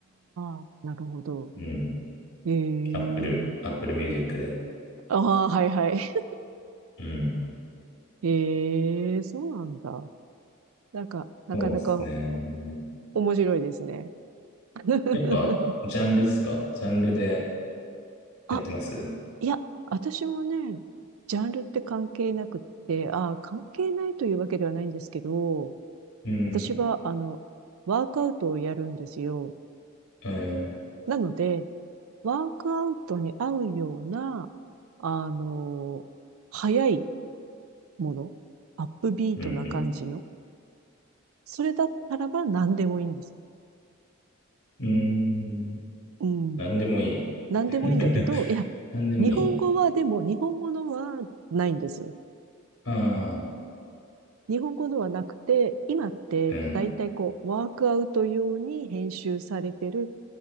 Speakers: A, on the right; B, on the left.
A: ああ、なるほど。
B: うん。
A: ええ。
B: Apple、Apple Music で。
A: ああ、はいはい。
B: うん。
A: ええ、そうなんだ。なんか、なかなか
B: そうですね。
A: 面白いですね。<laughs>
B: やっぱ、ジャンルっすかジャンルで
A: あ、
B: やってます
A: いや、私もね、ジャンルって関係なくって、ああ、関係ないというわけではないんですけど、
B: うん。
A: 私は、あの、ワークアウトをやるんですよ。
B: えー、
A: なので、ワークアウトに合うような、あの、速いもの、アップビートな感じの、
B: うん、うん。
A: それだったらば何でもいいんです。
B: うーん。
A: うん。
B: なんでもいい。<laughs>
A: 何でもいいんだけど、いや、
B: なんでもいい。
A: 日本語はでも、日本語のはないんです。
B: ああ、
A: 日本語ではなくて、今って大体こう、
B: うん、
A: ワークアウト用に編集されてる